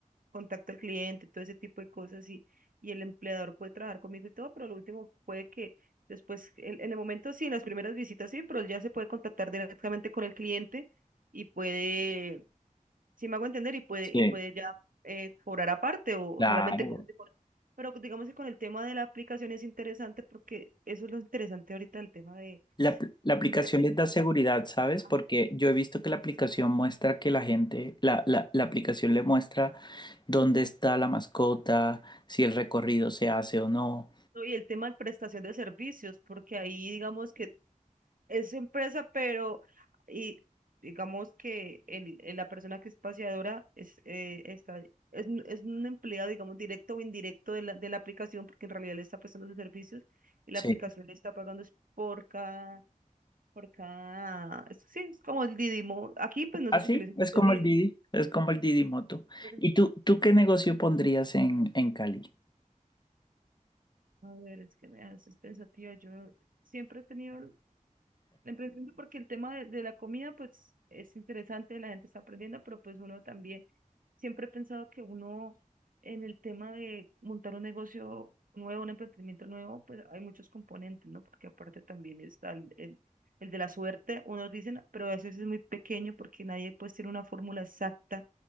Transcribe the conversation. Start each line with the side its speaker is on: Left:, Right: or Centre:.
Right: contacto al cliente, todo ese tipo de cosas y, y el empleador puede trabajar conmigo y todo, pero lo último puede que después, en, en el momento sí, en las primeras visitas sí, pero él ya se puede contactar directamente con el cliente y puede, si me hago entender, y puede,
Left: Sí,
Right: y puede ya eh, cobrar aparte o, o
Left: claro.
Right: solamente quedarse con... Pero digamos que con el tema de la aplicación es interesante porque eso es lo interesante ahorita del tema de,
Left: La, apl- la aplicación
Right: de emprender.
Left: les da seguridad, ¿sabes? Porque
Right: Ah,
Left: yo he visto que la aplicación muestra que la gente, la, la la aplicación le muestra dónde está la mascota, si el recorrido se hace o no.
Right: no, Y el tema de prestación de servicios, porque ahí digamos que es su empresa, pero y digamos que el, el- la persona que es paseadora es, eh, está, es, un- es un empleado, digamos, directo o indirecto de la, de la aplicación, porque en realidad le está prestando sus servicios y
Left: Sí.
Right: la aplicación le está pagando es por cada, por cada, es- sí, es como el Didimo. Aquí pues no
Left: Así
Right: se utiliza
Left: es
Right: mucho
Left: como
Right: el Didi.
Left: el Didi, es como el Didi Moto.
Right: Pero,
Left: ¿Y tú, tú qué negocio pondrías en, en Cali?
Right: A ver, es que me haces pensativa. Yo siempre he tenido Emprendiendo porque el tema de, de la comida, pues es interesante, la gente está aprendiendo, pero pues uno también, siempre he pensado que uno en el tema de montar un negocio nuevo, un emprendimiento nuevo, pues hay muchos componentes, ¿no? Porque aparte también está el, el, el de la suerte, unos dicen, pero a veces es muy pequeño porque nadie pues tiene una fórmula exacta